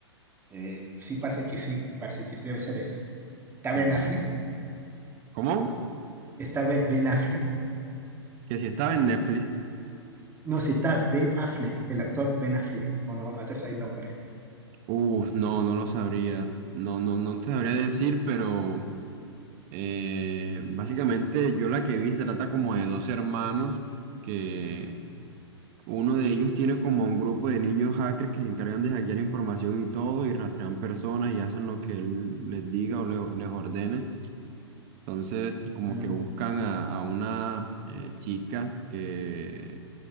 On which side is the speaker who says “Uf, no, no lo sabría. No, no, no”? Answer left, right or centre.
Right